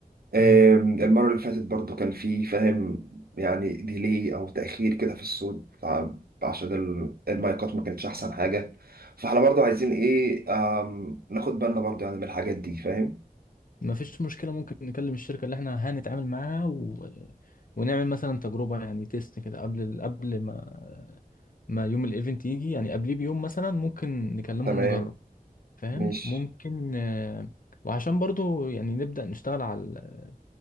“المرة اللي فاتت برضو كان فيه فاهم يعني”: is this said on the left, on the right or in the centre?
Right